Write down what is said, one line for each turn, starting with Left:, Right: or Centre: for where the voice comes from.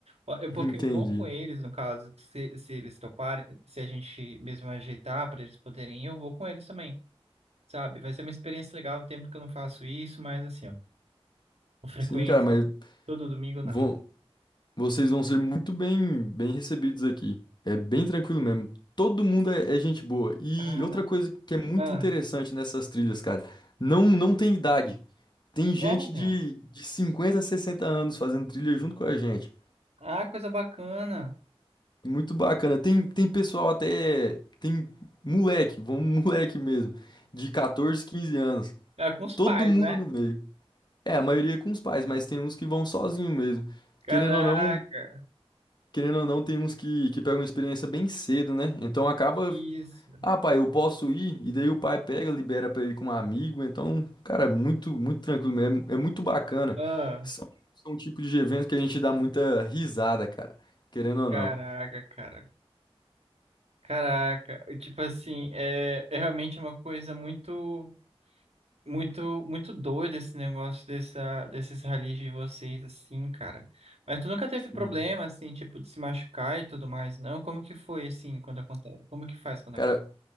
Right: Ó, Eu,
Left: <laughs>
Right: porque
Left: Entendi.
Right: eu vou com eles, no caso, se, se eles toparem, se a gente mesmo ajeitar para eles poderem ir, eu vou com eles também, sabe? Vai ser uma experiência legal, o tempo que eu não faço isso, mas assim, ó, com frequência,
Left: Sim, cara, mas
Right: todo domingo não.
Left: vão, Vocês vão ser muito bem, bem recebidos aqui. É bem tranquilo mesmo. Todo mundo é, é gente boa. E
Right: Ah,
Left: outra coisa que é muito
Right: ah,
Left: interessante nessas trilhas, cara, não, não tem idade. Tem
Right: sério?
Left: gente de, de 50, 60 anos fazendo trilha junto com a gente.
Right: Ah, coisa bacana.
Left: Muito bacana. Tem, tem pessoal até. Tem moleque, vamos <laughs> moleque mesmo, de 14, 15 anos.
Right: Ah, com os
Left: Todo
Right: pais,
Left: mundo
Right: né?
Left: no meio. É, a maioria com os pais, mas tem uns que vão sozinho mesmo.
Right: Caraca,
Left: Querendo ou não, querendo ou não, tem uns que, que pegam experiência bem cedo, né? Então acaba.
Right: isso.
Left: Ah, pai, eu posso ir, e daí o pai pega, libera pra ir com um amigo. Então, cara, é muito, muito tranquilo mesmo. É muito bacana.
Right: Ah,
Left: São, são um tipo de evento que a gente dá muita risada, cara. Querendo ou
Right: caraca,
Left: não.
Right: cara. Caraca, E, tipo assim, é, é realmente uma coisa muito, muito, muito doida esse negócio dessa, desses ralis de vocês, assim, cara. Mas tu nunca teve
Left: Sim.
Right: problema, assim, tipo, de se machucar e tudo mais, não? Como que foi, assim, quando acontece? Como que faz quando
Left: Cara,
Right: acontece?